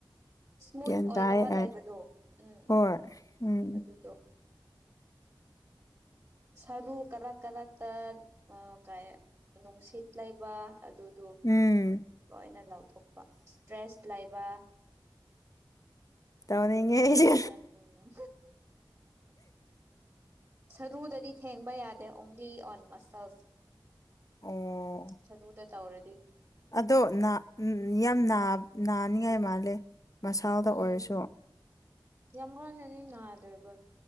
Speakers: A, on the right; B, on the left.
A: ꯏꯁꯃꯨꯠ
B: ꯒ꯭ꯌꯥꯟ
A: ꯑꯣꯏꯗꯕ
B: ꯇꯥꯏ ꯑꯩ
A: ꯂꯩꯕꯗꯣ ꯎꯝ ꯎꯝ
B: ꯍꯣꯏ
A: ꯎꯝ
B: ꯎꯝ
A: ꯑꯗꯨꯗꯣ ꯁꯔꯨ ꯀꯔꯛ ꯀꯔꯛꯇ ꯀ ꯅꯨꯡꯁꯤꯠ ꯂꯩꯕ ꯑꯗꯨ ꯑꯗꯨ
B: ꯎꯝ
A: ꯂꯣꯏꯅ ꯂꯧꯊꯣꯛꯄ ꯏꯁꯇ꯭ꯔꯦꯁ ꯂꯩꯕ
B: ꯇꯧꯅꯤꯡꯉꯦ
A: ꯗꯤꯄ꯭ꯔꯦꯁꯟ
B: ꯑꯩꯁꯨ
A: ꯎꯝ ꯁꯔꯨꯗꯗꯤ ꯊꯦꯡꯕ ꯌꯥꯔꯦ ꯗ ꯑꯣꯡꯂꯤ ꯑꯣꯟ ꯃꯁꯜ
B: ꯑꯣ
A: ꯆꯗ ꯇꯧꯔꯁ
B: ꯑꯗꯣ ꯌꯥꯝ ꯅꯥꯅꯤꯡꯉꯥꯏ ꯃꯥꯜꯂꯦ ꯃꯁꯥꯗ ꯑꯣꯏꯔꯁꯨ
A: ꯎꯝ ꯌꯥꯝ ꯋꯥꯅꯅꯦ ꯉꯅꯥꯗꯣꯏꯕꯣ